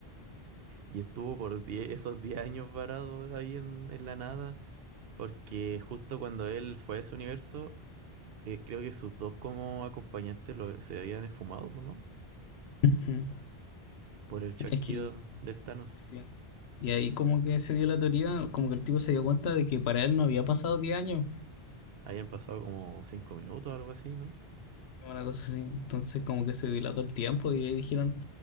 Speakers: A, on the right; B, on the left.
A: Y estuvo por 10 esos 10 años varado ahí en, en la nada, porque justo cuando él fue a ese universo, s- eh, creo que sus dos como acompañantes lo, se habían esfumado, pues, ¿no?
B: Ujú.
A: Por el chasquido
B: Es que...
A: del Thanos.
B: sí. Y ahí como que se dio la teoría, como que el tipo se dio cuenta de que para él no había pasado diez años,
A: Habían pasado como cinco minutos o algo así, ¿no?
B: Una cosa así. Entonces como que se dilató el tiempo y ahí dijeron,